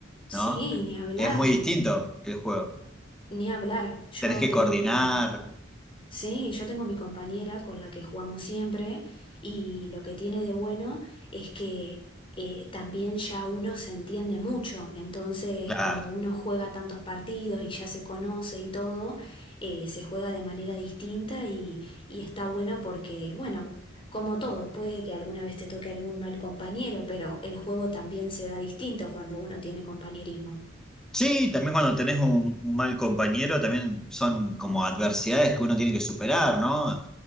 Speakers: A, on the left; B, in the centre.
A: sí,
B: ¿no?
A: ni hablar,
B: Es muy distinto el juego.
A: ni hablar. Yo
B: Tenés que
A: tengo
B: coordinar,
A: mi, com- Sí, yo tengo mi compañera con la que jugamos siempre y lo que tiene de bueno es que eh, también ya uno se entiende mucho, entonces
B: claro.
A: como uno juega tantos partidos y ya se conoce y todo, eh, se juega de manera distinta y, y está bueno porque, bueno, como todo, puede que alguna vez te toque algún mal compañero, pero el juego también se da distinto cuando uno tiene compañerismo.
B: Sí, también cuando tenés un, un mal compañero, también son como adversidades que uno tiene que superar, ¿no?